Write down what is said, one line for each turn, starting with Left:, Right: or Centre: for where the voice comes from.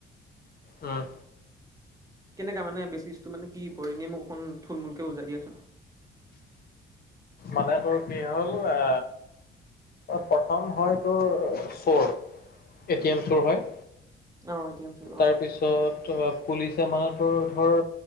Left: উম।
Right: কেনেকা মানে বেচিছটো মানে কি, পৰিনেম অকণ থুলমূুলকে বুজাই দিয়াচোন।
Left: মানে তোৰ কি হ'ল আ প্ৰথম হয় তোৰ চোৰ, এটি এম চোৰ হয়।
Right: অ, এটি এম চোৰ।
Left: তাৰপিছত
Right: অ',
Left: পুলিচে মানে তোৰ ধৰ